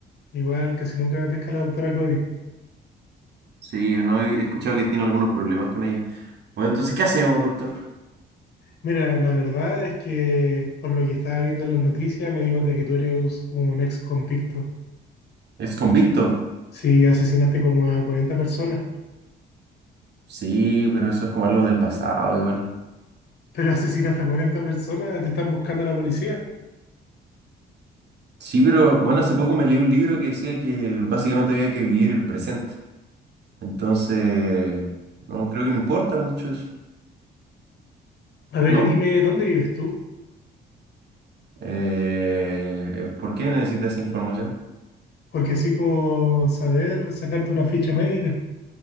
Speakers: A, on the left; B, on the right.
A: igual casi nunca me pesca la doctora Cody.
B: Sí, no he escuchado que tiene algunos problemas con ella. Bueno, entonces, ¿qué hacemos, doctor?
A: Mira, la verdad es que por lo que estaba viendo en las noticias me di cuenta que tú eres un ex convicto.
B: ¿Es convicto?
A: Si asesinaste como a cuarenta personas,
B: Sí, pero eso es como algo del pasado igual.
A: <laughs> pero asesinaste a 40 personas, te están buscando la policía.
B: Sí, pero bueno, hace poco me leí un libro que decía que básicamente había que vivir el presente. Entonces, no, creo que no importa mucho eso,
A: A ver,
B: ¿no?
A: y dime dónde vives tú,
B: Eh, ¿por qué necesita esa información?
A: porque así puedo saber sacarte una ficha médica.